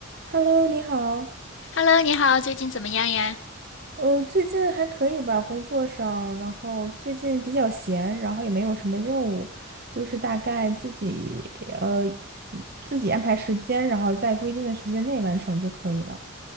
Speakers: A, on the right (about 45°); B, on the left (about 60°).
A: Hello，你好。
B: Hello，你好，最近怎么样呀？
A: 呃，最近还可以吧，工作上，然后最近比较闲，然后也没有什么任务，就是大概自己呃嗯自己安排时间，然后在规定的时间内完成就可以了。